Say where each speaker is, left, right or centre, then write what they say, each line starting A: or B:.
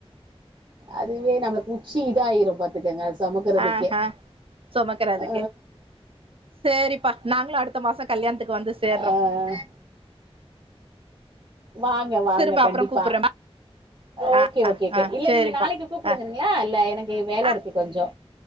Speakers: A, on the right (about 40°); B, on the right (about 60°).
A: அதுவே நம்ளுக்கு உச்சி இதாயிரு பாத்துக்கங்க சொமக்குறதுக்கே
B: ஆஹா சுமக்கறதுக்கு
A: அ
B: சேரிப்பா நாங்களு அடுத்த மாசோ கல்யாணத்துக்கு வந்து
A: அ
B: சேர்றோ
A: வாங்க வாங்க
B: திரும்ப
A: கண்டிப்பா
B: அப்புறோ கூப்புட்றேம்மா
A: ஓகே
B: ஆ ஆ
A: ஓகே கே
B: ஆ
A: இல்ல
B: சேரிப்பா
A: நீங்க நாளைக்கு கூப்பிடுங்கங்ளா
B: ஆ
A: இல்ல எனக்கு வேல
B: ஆ
A: இருக்கு கொஞ்சோ